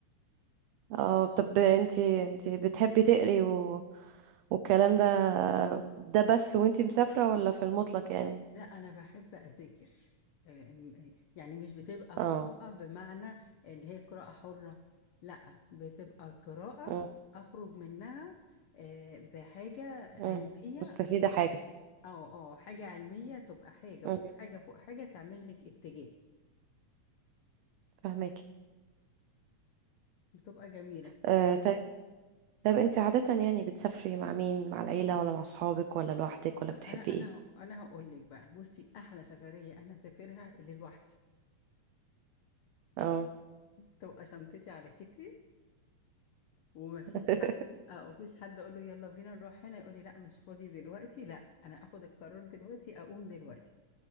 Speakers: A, on the right; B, on the left.
A: اه طب انتي انتي بتحبي تقري و... والكلام ده ده بس وانتي مسافرة ولا في المطلق يعني
B: لا انا بحب اذاكر آه، م- يعني مش بتبقى قراءه
A: اه
B: بمعنى ان هي قراءه حره لا بتبقى قراءه
A: مم،
B: اخرج منها آه، بحاجه
A: مم.
B: علميه
A: مستفيدة حاجة
B: اه اه حاجه علميه تبقى حاجه
A: مم،
B: فوق حاجه فوق حاجه تعمل لك اتجاه
A: فهماكي
B: بتبقى جميله
A: آه طب طب انتي عادة يعني بتسافري مع مين مع العيلة ولا مع صحابك ولا لوحدك ولا بتحبي
B: انا انا
A: ايه
B: انا هقول لك بقى بصي احلى سفريه انا سافرها اللي لوحدي
A: اه
B: تبقى شنطتي على كتفي ومفيش
A: <laughs>
B: حد اه مفيش حد اقول له يلا بينا نروح هنا يقول لي لا مش فاضي دلوقتي لا انا اخد القرار دلوقتي اقوم دلوقتي